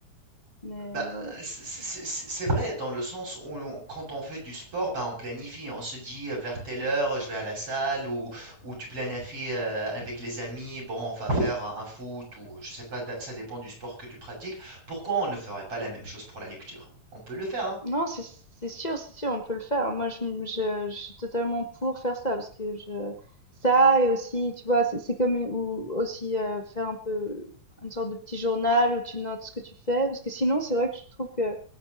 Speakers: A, on the left; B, on the right.
A: mais
B: Bah,
A: ouais, c'est
B: c- c-
A: sûr
B: c- c'est vrai dans le sens où on- quand on fait du sport, bah, on planifie. On se dit euh, vers telle heure, je vais à la salle ou, ou tu planifies euh, avec les amis, bon, on va faire un un foot ou je sais pas, da- ça dépend du sport que tu pratiques. Pourquoi on ne ferait pas la même chose pour la lecture? On peut le faire, hein.
A: Non, c'est c'est sûr, c'est sûr, on peut le faire. Moi, je, m- je, je suis totalement pour faire ça parce que je ça et aussi, tu vois, c'est c'est comme une- ou aussi euh, faire un peu une sorte de petit journal où tu notes ce que tu fais parce que sinon, c'est vrai que je trouve que